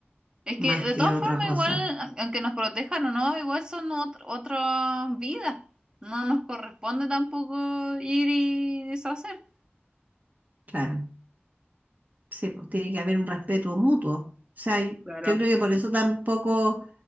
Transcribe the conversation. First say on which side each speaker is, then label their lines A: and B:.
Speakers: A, on the right (about 20°); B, on the right (about 40°).
A: Es
B: más
A: que de
B: que
A: todas
B: otra
A: formas
B: cosa.
A: igual, a- aunque nos protejan o no, igual son ot- otras vidas. No nos corresponde tampoco ir y deshacer.
B: Claro, sí, pues, tiene que haber un respeto mutuo. O sea, yo
A: Claro.
B: creo que por eso tampoco